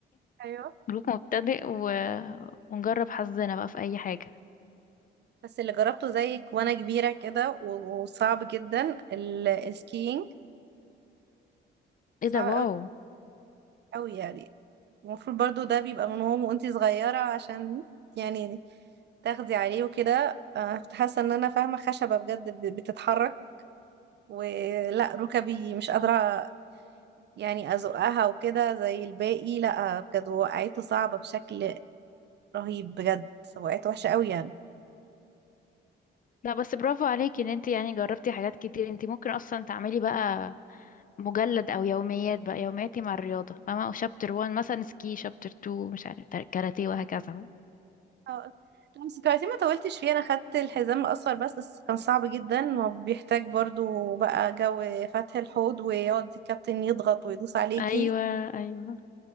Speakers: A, on the right; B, on the left.
A: ايوه
B: جروب مبتدئ و... ونجرب حظنا بقى في اي حاجة
A: بس اللي جربته زيك وانا كبيرة كده و- وصعب جدا ال- السكينج
B: ايه
A: صعب
B: ده واو
A: قوي قوي يعني المفروض برضو ده بيبقى من هو وانتي صغيرة عشان يعني تاخدي عليه وكده آه، كنت حاسة ان انا فاهمة خشبة بجد ب- بتتحرك ولا ركبي مش قادرة يعني أزقها وكده زي الباقي لأ بجد وقعته صعبة بشكل رهيب بجد وقعت وحشة قوي يعني
B: لا بس برافو عليكي ان انت يعني جربتي حاجات كتير انت ممكن اصلا تعملي بقى مجلد او يوميات بقى يومياتي مع الرياضة فاهمة او شابتر 1 مثلا سكي شابتر 2 مش عارف كاراتيه وهكذا بقى
A: اه لمس الكاراتيه ما طولتش فيه أنا خدت الحزام الأصفر بس بس كان صعب جدا وبيحتاج برضو بقى جو فتح الحوض ويقعد الكابتن يضغط ويدوس عليكي
B: ايوه ايوه